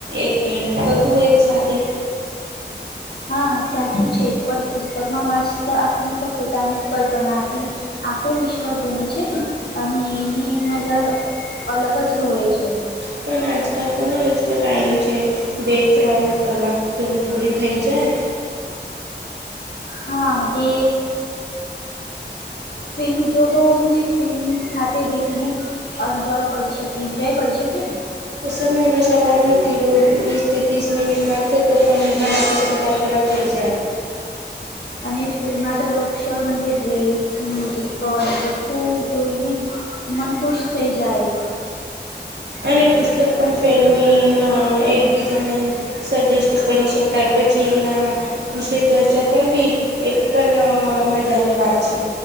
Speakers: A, on the right; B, on the left.
A: એક્ટિંગ બધું એક સાથે.
B: હા સાચું છે બટ પુસ્તકમાં વાંચતા આપણે તો પોતાની કલ્પના બનાવી આખો વિશ્વાસ જ બને છે ને અને એની મજા અલગ જ હોય છે.
A: પણ આજકાલ કોનો એટલો ટાઈમ છે? બે ત્રણ કલાક ફિલ્મ પૂરી થઈ જાય.
B: હા જે ફિલ્મ જો તો ફિલ્મની સાથે બેબીને એન્જોય કરી શકે એન્જોય કરી શકેન.
A: તો સમયનો સવાલ નથી રોજ વીસ ત્રીસ મિનિટ વાંચો તો પણ ઘણાં પુસ્તકો પૂરાં થઈ જાય.
B: અને ફિલ્મમાં તો લોકશાવ મંજે ડ્રેસ, મ્યુઝિકલ બધું જોઈને મન ખુશ થઈ જાય.
A: અને પુસ્તક પણ ફેલ્મીમાં એકબીજાને સજેસ્ટ કરી શકાય પછી એના વિષે ચર્ચા કરવી એ પણ મજાની વાત છે.